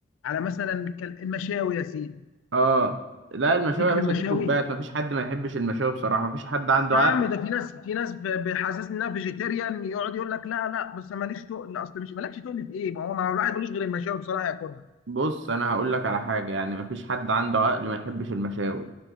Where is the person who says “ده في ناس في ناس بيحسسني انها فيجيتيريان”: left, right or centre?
Left